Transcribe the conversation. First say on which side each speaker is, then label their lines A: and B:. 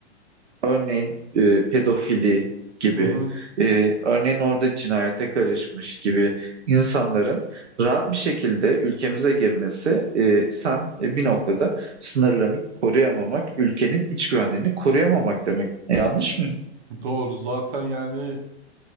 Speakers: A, on the right; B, on the right.
A: örneğin e, pedofili gibi,
B: Hı hı.
A: e, örneğin orada cinayete karışmış gibi insanların rahat bir şekilde ülkemize girmesi, e, sen e, bir noktada sınırlarını koruyamamak, ülkenin iç güvenliğini koruyamamak demek. E, yanlış mıyım?
B: Doğru. Zaten yani